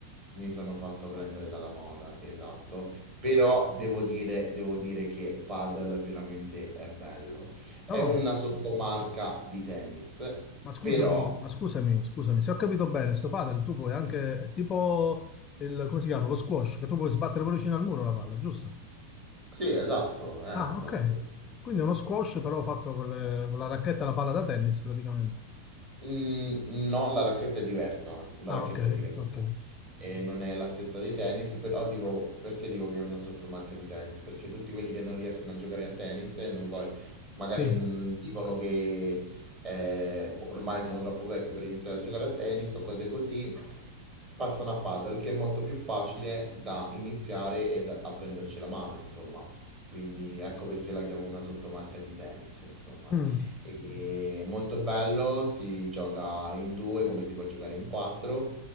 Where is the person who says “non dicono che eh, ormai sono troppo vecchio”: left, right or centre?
Right